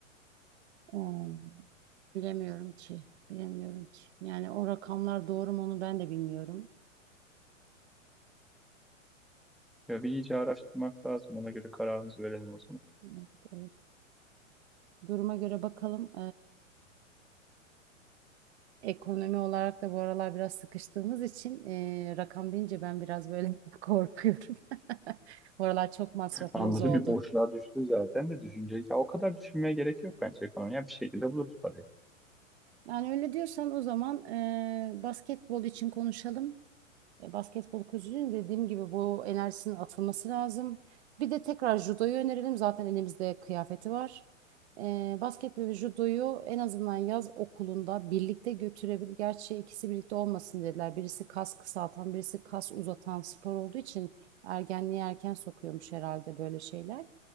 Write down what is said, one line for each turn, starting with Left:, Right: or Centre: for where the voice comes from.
Right: Hmm, Bilemiyorum ki. Bilemiyorum ki. Yani o rakamlar doğru mu onu ben de bilmiyorum.
Centre: Ya bir iyice araştırmak lazım. Ona göre kararımızı verelim o zaman.
Right: Evet, evet. Duruma göre bakalım. Ekonomi olarak da bu aralar biraz sıkıştığımız için e, rakam deyince ben biraz böyle <laughs> korkuyorum. <laughs> Bu aralar çok masrafımız
Centre: Anladım
Right: oldu.
Centre: bir boşluğa düştü zaten de düşünce. Ya o kadar düşünmeye gerek yok bence ekonomi. Ya bir şekilde buluruz parayı.
Right: Yani öyle diyorsan o zaman e, basketbol için konuşalım. E, Basketbol kulübünün dediğim gibi bu enerjisinin atılması lazım. Bir de tekrar judoyu önerelim. Zaten elimizde kıyafeti var. E, basketbol ve judoyu en azından yaz okulunda birlikte götürebilir. Gerçi ikisi birlikte olmasın dediler. Birisi kas kısaltan, birisi kas uzatan spor olduğu için ergenliğe erken sokuyormuş herhalde böyle şeyler.